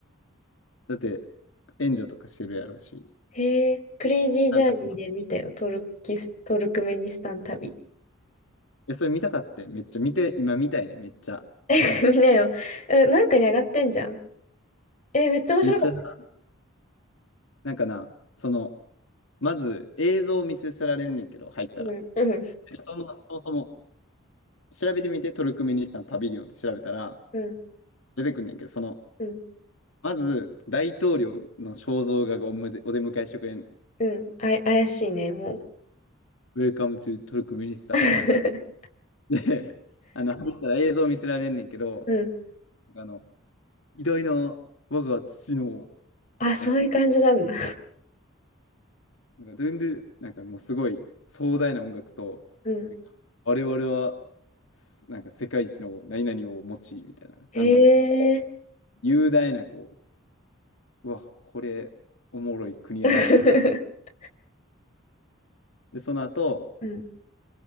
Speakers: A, on the left (about 70°); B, on the left (about 35°).
A: だって、援助とかしてるやろうし。
B: へえ、クレイジージャーニーで見たよ、
A: なんかその、い
B: トルキス、トルクメニスタン旅。
A: や、それ見たかって、めっちゃ見て、今見たいね、めっちゃ。
B: <laughs> 見なよ。え、なんかに上がってんじゃん。え、めっちゃ面白かった。
A: めっちゃな、なんかな、その、まず映像を見せられんねんけど、入ったら。
B: うん、うん、
A: でその、そもそも、調べてみて、トルクメニスタンパビリオンって調べたら、
B: うん、
A: 出てくんねんけど、その、
B: うん、
A: まず、大統領の肖像画がおむでお出迎えしてくれんねん。
B: うん、あい、怪しいね、もう。
A: Welcome to トルクメニスタンみたい
B: <laughs>
A: な。で、あの、入ったら映像見せられんねんけど、
B: うん。
A: なんかあの、偉大な我が父の
B: あ、そういう感じなんだ。
A: なんか、なんかドゥンドゥ、なんかもうすごい壮大な音楽と、
B: うん。
A: なんか我々は、すなんか世界一の何々を持ち、みたいな感じの
B: へえ。
A: 雄大な、こう、うわ、これ、おもろい国やなと思って、
B: <laughs>
A: でその後、
B: うん、